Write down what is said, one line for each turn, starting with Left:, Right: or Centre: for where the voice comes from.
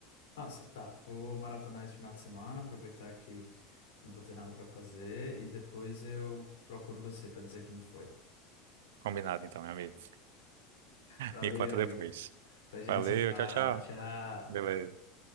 Left: Nossa, tá. Vou maratonar esse final de semana, aproveitar que não vou ter nada pra fazer e depois eu procuro você pra dizer como foi.
Right: Combinado então, meu amigo.
Left: Valeu,
Right: Me conta
Left: amigo.
Right: depois.
Left: A gente
Right: Valeu,
Left: se fala.
Right: tchau, tchau.
Left: Tchau.
Right: Beleza.